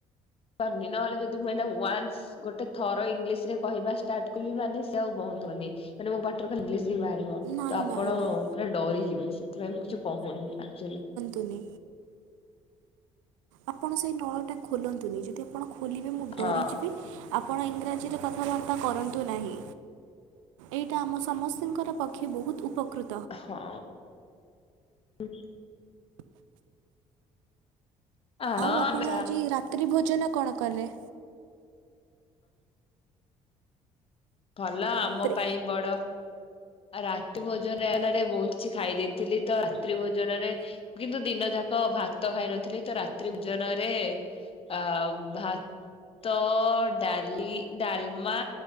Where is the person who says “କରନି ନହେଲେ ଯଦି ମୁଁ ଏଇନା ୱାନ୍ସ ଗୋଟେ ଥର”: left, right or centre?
Left